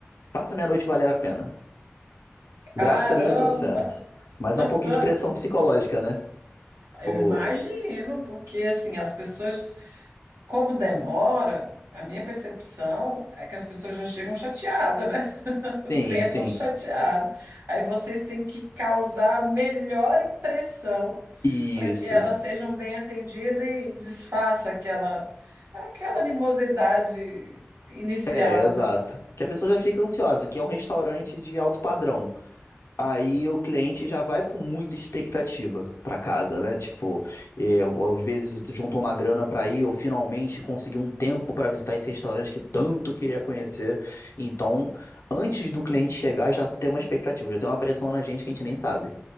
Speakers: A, on the left (about 85°); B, on the right (about 80°).
A: Faça minha noite valer a pena. Graças
B: caramba.
A: a Deus deu tudo certo.
B: <laughs>
A: Mas é um pouquinho de pressão psicológica, né?
B: Eu
A: O...
B: imagino, porque assim, as pessoas, como demora, a minha percepção é que as pessoas já chegam chateadas, né? <laughs>
A: Sim,
B: Sentam
A: sim.
B: chateadas. Aí vocês têm que causar a melhor impressão
A: Isso.
B: para que elas sejam bem atendidas e desfaça aquela, aquela animosidade inicial,
A: É, exato.
B: né?
A: Que a pessoa já fica ansiosa, que é um restaurante de alto padrão. Aí o cliente já vai com muita expectativa para casa, né? Tipo, é, às vezes tu juntou uma grana para ir ou finalmente conseguiu um tempo para visitar esse restaurante que tanto queria conhecer. Então, antes do cliente chegar, já tem uma expectativa, já tem uma pressão na gente que a gente nem sabe.